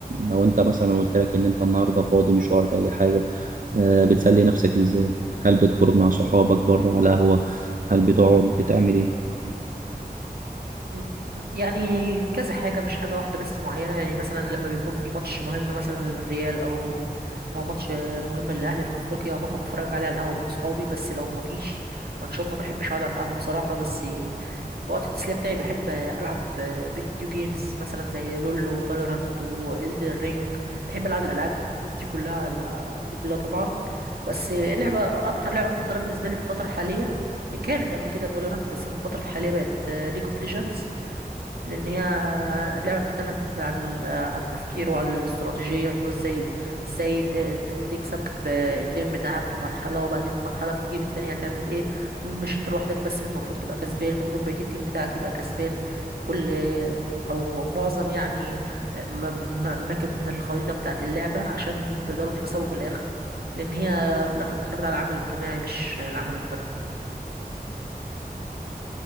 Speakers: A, on the right; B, on the right.
A: لو أنت مثلا قلت لك إن أنت النهاردة فاضي مش وراك أي حاجة آه، بتسلي نفسك إزاي؟ هل بتخرج مع صحابك بره على قهوة؟ هل بتقعد بتعمل إيه؟
B: مم. يعني كذا حاجة مش حاجة واحدة بس معينة يعني مثلا لما بيكون في ماتش مهم مثلا للريال أو أو ماتش مهم للأهلي في أفريقيا بخرج أتفرج عليه على القهوة مع صحابي بس لو مفيش ماتشات ما بحبش أقعد على القهوة بصراحة بس في وقت التسلية بتاعي بحب ألعب فيديو جيمز مثلا زي لولو فالورانت وإلدر رينج بحب ألعب الألعاب دي كلها على- دي كلها طبعا بس لعبة أكتر لعبة مفضلة بالنسبة لي في الفترة الحالية كانت قبل كده فالورانت بس في الفترة الحالية بقت ليج اوف ليجندز لان هي لعبه بتعتمد على ال- على التفكير وعلى الاستراتيجيه وازاي ازاي ت- ت- تكسب اللين بتاعك في مرحله وبعدين المرحله في الجيم التانية هتعمل ايه ومش انت لوحدك بس اللي المفروض تبقى كسبان المفروض بقيه التيم بتاعك يبقى كسبان كل او معظم يعني م- م- اماكن من الخريطه بتاعه اللعبه عشان تقدروا تكسبوا في الاخر لان هي في الاخر تعتمد على العمل الجماعي مش العمل الفردي